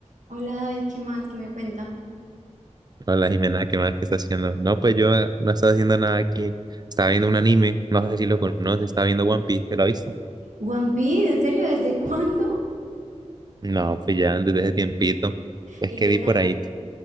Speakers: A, on the right (about 85°); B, on the right (about 35°).
A: Hola David, ¿qué más? ¿Qué me cuenta?
B: Hola Jimena, ¿qué más? que estás haciendo? No, pues yo no estaba haciendo nada aquí. Estaba viendo un anime, no sé si lo conoces, estaba viendo One Piece, ¿te lo has visto?
A: One Piece, ¿en serio? ¿Desde cuándo?
B: No, pues ya desde ese tiempito. Es
A: ¿Y
B: que
A: qué
B: vi
A: tal?
B: por ahí,